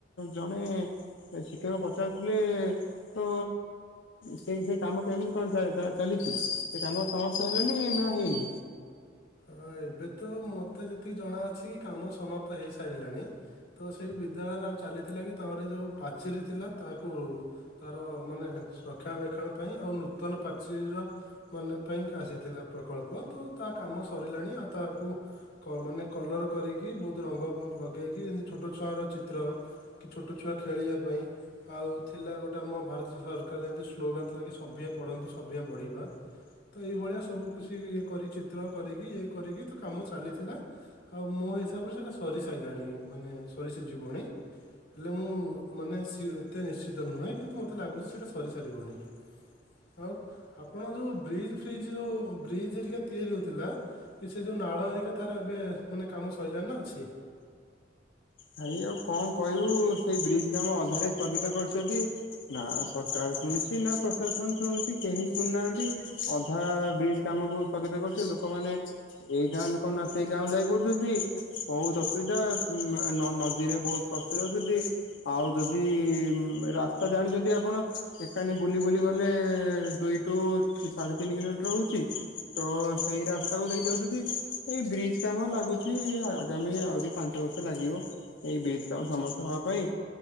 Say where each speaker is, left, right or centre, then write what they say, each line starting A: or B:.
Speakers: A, on the left; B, on the left.
A: ଜଣେ ଶିକ୍ଷକ ପଚାରୁଥିଲେ ତ ସେଇ ସେଇ କାମଟ କେମିତି କଣ ଚାଲିଛି? ସେ କାମ ସମାପ୍ତ ହେଲେଣିି ନା ହେଇନି?
B: ହଁ ଏବେ ତ ମତେ ଯେତିକି ଜଣାଅଛି କି କାମ ସମାପ୍ତ ହେଇ ସାରିଲାଣି ତ ସେଇ ବିଦ୍ୟାଳୟରେ ଆଉ ଚାଲିଥିଲା କି ତାରି ଯେଉଁ ପାଚେରୀ ଥିଲା ତାକୁ ତାର ମାନେ ରକ୍ଷଣାବେକ୍ଷଣ ପାଇଁ ଆଉ ନୂତନ ପାଚେରୀର ମାନେ ପାଇଁ ଆସିଥିଲା ପ୍ରକଳ୍ପ ତ ତା କାମ ସରିଲାଣି ଆଉ ତାକୁ ମାନେ କଲର୍ କରିକି ବହୁତ ରଙ୍ଗ ଲଗେଇକି ଯେମିତି ଛୋଟ ଛୁଆଁର ଚିତ୍ର କି ଛୋଟ ଛୁଆ ଖେଳିବା ପାଇଁ ଆଉ ଥିଲା ଗୋଟେ ଆମ ଭାରତ ସରକାର ଯେମିତି ସ୍ଲୋଗାନ ଥିଲା କି ସଭିଆ ପଢ଼ନ୍ତୁ ସଭିଆ ଵଢ଼ିବା ତ ଏଇଭଳିଆ ସବୁ କିଛି ଇଏ କରି ଚିତ୍ର କରିକି ଇଏ କରିକି ତ କାମ ଚାଲିଥିଲା ଆଉ ମୋ ହିସାବରେ ସେଇଟା ସରିସାରିଲାଣି ମାନେ ସରିଷି ଯିବଣି ହେଲେ ମୁଁ ମାନେ ସି ଏତେ ନିଶ୍ଚିତ ନୁହେଁ କିନ୍ତୁ ମୋତେ ଲାଗୁଛି ସେଇଟା ସରି ସାରିବନି। ଆଉ ଆପଣ ଯେଉଁ ବ୍ରିଜ୍ ଫ୍ରିଜ୍ ଯେଉଁ ବ୍ରିଜ୍ ଯରିକା ତିଆରି ହେଉଛି ଥିଲା କି ସେ ଯେଉଁ ନାଳ ଆରିକା ତାର ଏବେ ମାନେ କାମ ସରିଲାନି ନା ଅଛି?
A: ଭାଇ ଆଉ କଣ କହିବୁ ସେଇ ବ୍ରିଜ କାମ ଅଧାରେ ସ୍ଥଗିତ କରିଛନ୍ତି ନା ସରକାର ଶୁଣିଛି ନା ପ୍ରଶାସନ ଶୁଣୁଛି କେହି ଶୁଣିୁନାହାନ୍ତି ଅଧା ବ୍ରିଜ କାମକୁ ସ୍ଥଗିତ କରୁଛି ଲୋକମାନେ ଏଇ ଗାଁ ଲୋକ ନା ସେ ଗାଁ ଯାଇପଡୁଛନ୍ତି ବହୁତ ଅସୁବିଧା ନଦୀରେ ବହୁତ କଷ୍ଟ ଯାଉଛନ୍ତିି ଆଉ ଯଦି ରାସ୍ତା ଜାଣିଛନ୍ତି ଆପଣ ଏକାନି ବୁଲି ବୁଲି ଗଲେ ଦୁଇ ଟୁ ସାଢେ ତିନି କିଲୋମିଟର ହଉଛି ତ ସେଇ ରାସ୍ତାକୁ ଦେଇ ଯାଉଛନ୍ତି। ଏଇ ବ୍ରିଜ କାମ ଲାଗୁଛି ଆଗାମୀ ଆହୁରି ପାଞ୍ଚ ବର୍ଷ ଲାଗିବ। ଏଇ ବ୍ରୀଜ୍ କଣ ସମର୍ଥ ହବା ପାଇଁ